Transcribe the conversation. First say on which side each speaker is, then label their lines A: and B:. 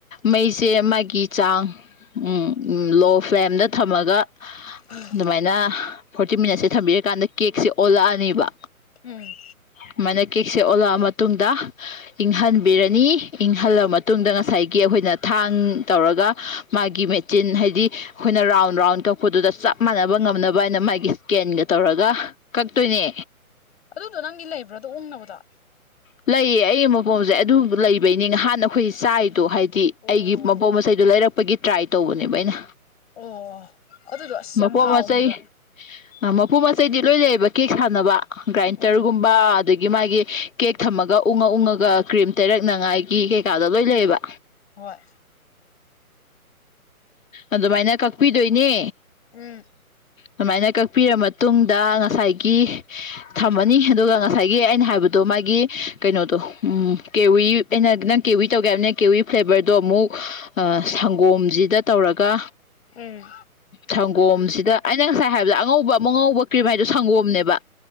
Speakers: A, on the left; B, on the left.
A: ꯃꯩꯁꯦ ꯃꯥꯒꯤ ꯆꯥꯡ ꯎꯝ ꯎꯝ ꯂꯣ ꯐ꯭ꯂꯦꯝꯗ ꯊꯝꯃꯒ
B: ꯎꯝ
A: ꯑꯗꯨꯃꯥꯏꯅ ꯐꯣꯔꯇꯤ ꯃꯤꯅꯠꯁꯦ ꯊꯝꯕꯤꯔꯀꯥꯟꯗ ꯀꯦꯛꯁꯦ ꯑꯣꯜꯂꯛꯑꯅꯤꯕ
B: ꯎꯝ
A: ꯁꯨꯃꯥꯏꯅ ꯀꯦꯛꯁꯦ ꯑꯣꯜꯂꯛꯑ ꯃꯇꯨꯡꯗ ꯏꯪꯍꯟꯕꯤꯔꯅꯤ ꯏꯪꯍꯜꯂ ꯃꯇꯨꯡꯗ ꯉꯁꯥꯏꯒꯤ ꯑꯩꯈꯣꯏꯅ ꯊꯥꯡ ꯇꯧꯔꯒ ꯃꯥꯒꯤ ꯃꯦꯆꯤꯟ ꯍꯥꯏꯗꯤ ꯑꯩꯈꯣꯏꯅ ꯔꯥꯎꯟ ꯔꯥꯎꯟ ꯀꯛꯄꯗꯨꯗ ꯆꯞ ꯃꯥꯟꯅꯕ ꯉꯝꯅꯕ ꯍꯥꯏꯅ ꯃꯥꯒꯤ ꯀꯦꯟꯒ ꯇꯧꯔꯒ ꯀꯛꯇꯣꯏꯅꯦ
B: ꯑꯗꯣ ꯅꯪꯒꯤ ꯂꯩꯕ꯭ꯔꯥ ꯑꯗꯨ ꯎꯪꯅꯕꯗꯣ
A: ꯂꯩꯌꯦ ꯑꯩ ꯑꯃ ꯕꯣꯜꯖꯦ ꯑꯗꯨ ꯂꯩꯕꯩꯅꯤ ꯉꯍꯥꯟꯅ ꯑꯩꯈꯣꯏ ꯆꯥꯔꯤꯗꯣ ꯍꯥꯏꯗꯤ
B: ꯑꯣ
A: ꯑꯩꯒꯤ ꯃꯄꯣ ꯃꯆꯩꯗꯣ ꯂꯩꯔꯛꯄꯒꯤ ꯇ꯭ꯔꯥꯏ ꯇꯧꯕꯅꯦꯕ ꯑꯩꯅ
B: ꯑꯣ ꯑꯗꯨꯗꯣ ꯑꯁ
A: ꯃꯄꯣ
B: ꯌꯥꯝ ꯍꯥꯎꯈꯤꯕ
A: ꯃꯆꯩ ꯑꯥ ꯃꯄꯣ ꯃꯆꯩꯗꯤ ꯂꯣꯏ ꯂꯩꯌꯦꯕ ꯀꯦꯛ ꯁꯥꯟꯅꯕ ꯒ꯭ꯔꯥꯏꯟꯇꯔꯒꯨꯝ
B: ꯎꯝ
A: ꯕ ꯑꯗꯒꯤ ꯃꯥꯒꯤ ꯀꯦꯛ ꯊꯝꯃꯒ ꯎꯡꯉꯥ ꯎꯡꯉꯥꯒ ꯀ꯭ꯔꯤꯝ ꯇꯩꯔꯛꯅꯉꯥꯏ ꯀꯤ ꯀꯩꯀꯥꯗꯣ ꯂꯣꯏ
B: ꯎꯝ
A: ꯂꯩꯌꯦꯕ
B: ꯍꯣꯏ
A: ꯑꯗꯨꯃꯥꯏꯅ ꯀꯛꯄꯤꯗꯣꯏꯅꯦ
B: ꯎꯝ
A: ꯑꯗꯨꯃꯥꯏꯅ ꯀꯛꯄꯤꯔ ꯃꯇꯨꯡꯗ ꯉꯁꯥꯏꯒꯤ ꯊꯝꯃꯅꯤ ꯑꯗꯨꯒ ꯉꯁꯥꯏꯒꯤ ꯑꯩꯅ ꯍꯥꯏꯕꯗꯣ ꯃꯥꯒꯤ ꯀꯩꯅꯣꯗꯣ ꯎꯝ ꯀꯦꯋꯤ ꯑꯩꯅ ꯅꯪ ꯀꯦꯋꯤ ꯇꯧꯒꯦ ꯍꯥꯏꯕꯅꯦ ꯀꯦꯋꯤ ꯐ꯭ꯂꯦꯕꯔꯗꯣ ꯑꯃꯨꯛ ꯑ ꯁꯪꯒꯣꯝꯖꯤꯗ ꯇꯧꯔꯒ
B: ꯎꯝ
A: ꯁꯪꯒꯣꯝꯁꯤꯗ ꯑꯩꯅ ꯉꯁꯥꯏ ꯍꯥꯏꯕꯗ ꯑꯉꯧꯕ ꯑꯃꯉꯧꯕ ꯀ꯭ꯔꯤꯝ ꯍꯥꯏꯗꯣ ꯁꯪꯒꯣꯝꯅꯦꯕ